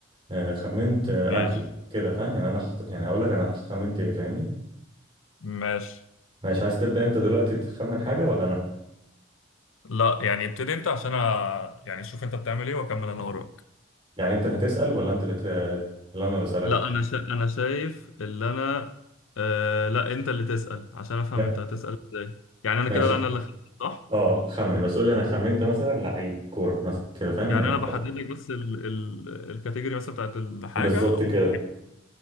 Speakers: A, on the right; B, on the left.
A: آه، خمنت آه،
B: ماشي
A: اكله كده فاهم يعني انا خط... يعني هقول لك انا خمنت ايه فاهمني
B: ماشي
A: ماشي عايز تبدا انت دلوقتي تخمن حاجه ولا انا
B: لا يعني ابتدي انت عشان أ... يعني شوف انت بتعمل ايه واكمل انا وراك
A: يعني انت اللي هتسال ولا انت اللي ت... ولا انا اللي اسالك
B: لا انا شا... انا شايف اللي انا آه... لا انت اللي تسأل عشان افهم
A: ما-
B: انت هتسأل ازاي يعني انا
A: ماشي
B: كده لا انا اللي خ- صح
A: اه خمن بس قول لي انا خمنت مثلا لعيب كوره مثلا كده فاهم يعني
B: يعني
A: إيه؟
B: انا بحدد لك بس ال... ال... الكاتيجوري مثلا بتاعت الحاجة
A: بالظبط
B: و...
A: كده